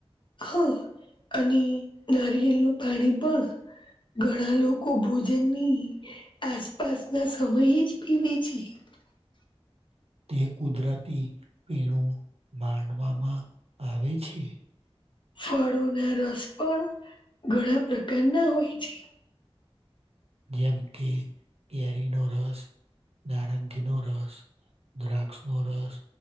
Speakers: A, on the left; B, on the right.
A: હા, અને નારિયેલ નું પાણી પણ ઘણા લોકો ભોજનની આસપાસના સમય જ પીવે છે. <unintelligible>
B: એ કુદરતી પીણું માનવામાં આવે છે.
A: ફળોના રસ પણ ઘણા પ્રકારના હોય છે.
B: જેમ કે કેરીનો રસ, નારંગીનો રસ દ્રાક્ષ નો રસ